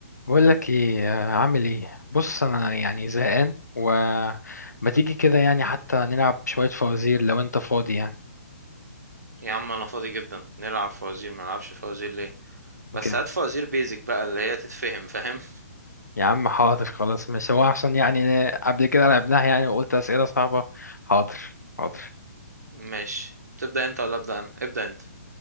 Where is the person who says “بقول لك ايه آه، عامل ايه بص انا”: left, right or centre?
Left